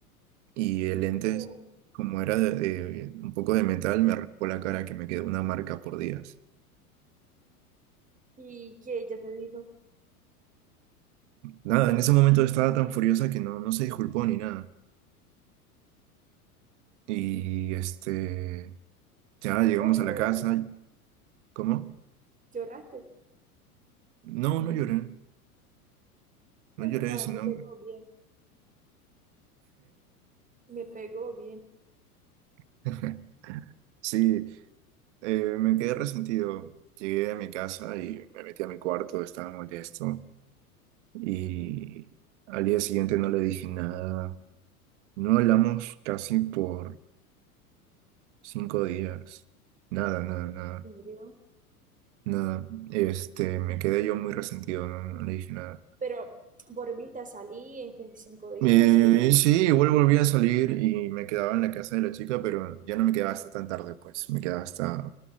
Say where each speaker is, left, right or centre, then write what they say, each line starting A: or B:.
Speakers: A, on the right; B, on the right.
A: Y el lente,
B: Uh,
A: como era de, de- un poco de metal, me raspó la cara que me quedó una marca por días.
B: y que ella te dijo,
A: Nada, en ese momento estaba tan furiosa que no, no se disculpó ni nada. Y este, ya llegamos
B: ¿vos
A: a
B: lloró?
A: la casa. ¿Cómo?
B: ¿Lloraste?
A: No, no lloré, no
B: Mira
A: lloré,
B: como "Ah,
A: sino
B: me pegó bien, me pegó bien.
A: <laughs> ¿Qué? <laughs> Sí, Eh, me quedé resentido. Llegué a mi casa y me metí a mi cuarto, estaba molesto. Y al día siguiente no le dije nada. No hablamos casi por cinco días. Nada, nada, nada,
B: Mire,
A: nada. Este, me quedé yo muy resentido, no, no le dije nada.
B: Pero, ¿volviste a salir estos cinco días
A: Eh,
B: o ya
A: sí,
B: volvió a
A: igual
B: salir?
A: volví a salir y me quedaba en la casa de la chica, pero ya no me quedaba hasta tan tarde, pues. Me quedaba hasta